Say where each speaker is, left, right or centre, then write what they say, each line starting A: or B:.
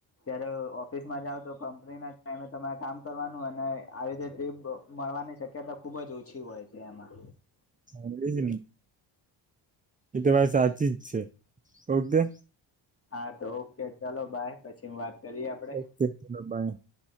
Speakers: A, on the left (about 25°); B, on the right (about 20°).
A: જ્યારે ઓફિસમાં જાવ તો કંપનીના ટાઈમે તમારે કામ કરવાનું અને આવી રીતે ટ્રીપ મળવાની શક્યતા ખુબ જ ઓછી હોય છે, એમાં
B: હા એ જ ને એ તો ભાઈ સાચી જ છે, ઓકે
A: હા તો ઓકે ચાલો બાય પછી વાત કરીએ આપડે
B: ઓકે ચલો બાય